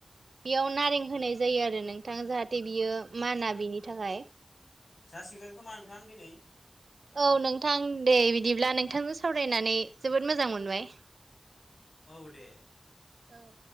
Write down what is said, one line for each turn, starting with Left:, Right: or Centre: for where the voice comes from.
Right: बेयाव नारें होनाय जायो आरो नोंथां जाहाथे बियो माना बिनि थाखाय।
Left: जासिगोन खोमा नोंथां दिनै।
Right: औ नोंथां दे बिदिब्ला नोंथांजों सावरायनानै जोबोद मोजां मोनबाय।
Left: औ दे।
Right: औ